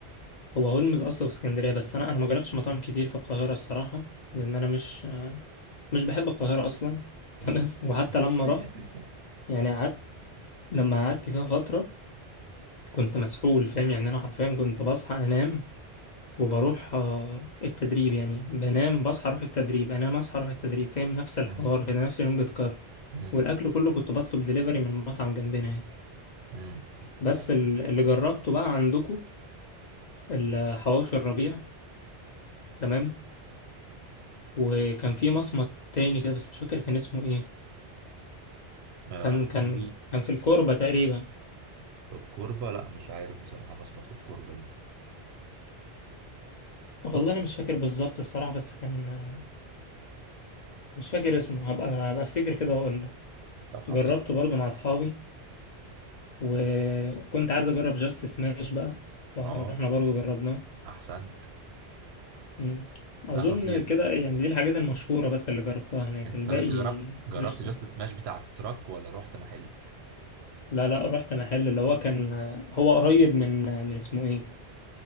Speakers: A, on the left; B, on the right.
A: هو هولمز أصله في اسكندرية بس أنا أنا ما جربتش مطاعم كتير في القاهرة الصراحة لأن أنا مش مش بحب القاهرة أصلا
B: امم
A: تمام <laughs> وحتى لما
B: <laughs>
A: رحت يعني قعدت لما قعدت فيها فترة كنت مسحول فاهم يعني أنا حرفيا كنت بصحى أنام وبروح آه، التدريب يعني بنام بصحى اروح التدريب انام اصحى اروح التدريب فاهم نفس الحوار
B: امم
A: كده نفس اليوم بيتكرر
B: امم
A: والاكل كله كنت بطلب دليفري من مطعم جنبنا يعني
B: امم
A: بس
B: يعني
A: ال- اللي جربته بقى عندكم الحواوشي الربيع تمام وكان في مصمت تاني كده بس مش فاكر كان اسمه ايه
B: آه
A: كان كان
B: في
A: كان في الكوربة تقريبا
B: في الكوربه لا مش عارف بصراحه مصمت في الكوربه دي
A: والله انا مش فاكر بالظبط الصراحة بس كان آه، مش فاكر اسمه هبقى هبقى افتكر كده واقول لك
B: طب خطير
A: جربته
B: والله.
A: برضو مع اصحابي وكنت عايز اجرب جاست سماش بقى فاحنا
B: اه
A: برضو جربناه
B: احسنت
A: مم.
B: ده
A: اظن
B: خطير
A: كده
B: ده
A: يعني دي الحاجات المشهوره بس اللي جربتها هناك
B: انت
A: الباقي
B: طب انت جربت جربت
A: مش
B: جاست
A: يعني
B: سماش بتاعة التراك ولا رحت محل
A: لا لا رحت محل اللي هو كان هو قريب من من اسمه ايه